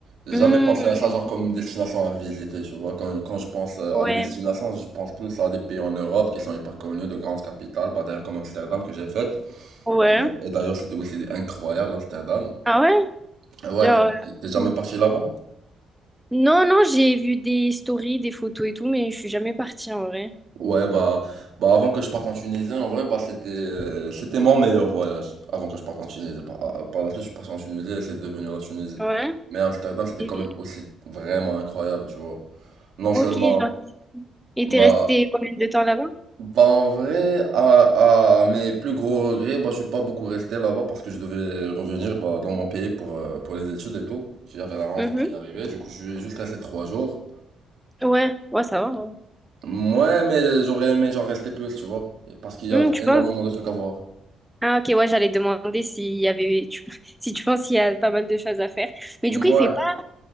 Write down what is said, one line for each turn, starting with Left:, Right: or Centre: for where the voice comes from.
Right: J'ai
Centre: Hmm,
Right: jamais pensé à ça genre comme
Centre: ok.
Right: une destination à visiter, tu vois. Quand, quand je pense euh,
Centre: ouais,
Right: à des destinations, je pense plus à des pays en Europe qui sont hyper connus, de grandes capitales. Bah d'ailleurs comme Amsterdam que j'ai faite.
Centre: ouais.
Right: Et d'a- et d'ailleurs c'était aussi incroyable Amsterdam.
Centre: Ah ouais?
Right: Ah Ouais,
Centre: Genre
Right: t'es t'es jamais
Centre: euh,
Right: parti là-bas?
Centre: non, non, j'ai vu des stories, des photos et tout, mais je suis jamais partie en vrai.
Right: Ouais, bah, bah avant que je parte en Tunisie, en vrai, bah c'était euh, c'était mon meilleur voyage avant que je parte en Tunisie. Par, à- par la suite, je suis parti en Tunisie et c'est devenu la Tunisie.
Centre: Ouais.
Right: Mais Amsterdam, c'était
Centre: Et-
Right: quand même aussi vraiment incroyable, tu vois. Non seulement,
Centre: ok, genre et
Right: bah,
Centre: t'es resté combien de temps là-bas?
Right: bah en vrai, à, à mes plus gros regrets, bah je suis pas beaucoup resté là-bas parce que je devais revenir bah, dans mon pays pour, euh, pour les études et tout. J'avais la rentrée
Centre: Mhm.
Right: qui arrivait, du coup je suis juste resté trois jours.
Centre: Ouais, ouais, ça va. ouais.
Right: Mm. Ouais, mais j'aurais aimé genre rester plus, tu vois. Parce qu'il y
Centre: Hmm,
Right: a
Centre: tu
Right: énormément
Centre: penses?
Right: de trucs à voir.
Centre: Ah ok, ouais, j'allais demander s'il y avait, tu- <laughs> si tu penses qu'il y a pas mal de choses à faire. Mais
Right: Ouais.
Centre: du coup, il fait pas,